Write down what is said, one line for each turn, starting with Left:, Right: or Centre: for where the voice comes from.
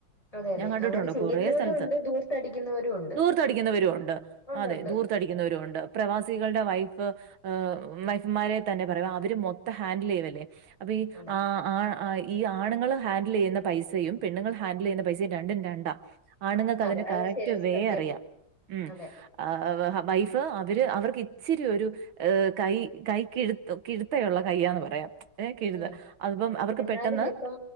Left: അതെ അതെ
Right: ഞാൻ കണ്ടിട്ടുണ്ടോ
Left: അങ്ങനെ ചെയ്യുന്നവരും
Right: കൊറേ സ്ഥലത്ത്
Left: ഉണ്ട് ദൂർത്തടിക്കുന്നവരും ഉണ്ട്
Right: ദൂർത്തടിക്കുന്നവരും ഉണ്ട്
Left: ഉണ്ടുണ്ട്
Right: അതെ ദൂർത്ത് തടിക്കുന്നവരു ഉണ്ട് പ്രവാസികളുടെ വൈഫ് ആഹ് വൈഫ്‌മാരേ തന്നെ പറയാം അവര് മൊത്തം ഹാൻഡിൽ ചെയ്യവല്ലേ അപ്പ ഈ
Left: അതെ
Right: ആഹ് ആഹ് ഈ ആണുങ്ങൾ ഹാൻഡിൽ ചെയ്യുന്ന പൈസയും പെണ്ണുൾ ഹാൻഡിൽ ചെയ്യുന്ന പൈസ രണ്ടും രണ്ടാ ആണങ്ങക്ക് അതിന്റെ
Left: അതെ അത്
Right: കറക്റ്റ്
Left: ശരി
Right: വേ
Left: സത്യമാണ്
Right: അറിയാം ഉം
Left: അതെ
Right: ആഹ് വൈഫ് അവർ അവർക്ക് ഇച്ചിരി ഒരു ഏഹ് കൈ കൈ കിഴുത്ത കിഴുത്തയുള്ള കയ്യന്ന് പറയാം ഏഹ് കീഴത്
Left: ഉം
Right: അതിപ്പം അവർക്ക്
Left: എന്നാലും
Right: പെട്ടെന്ന്
Left: ഇപ്പം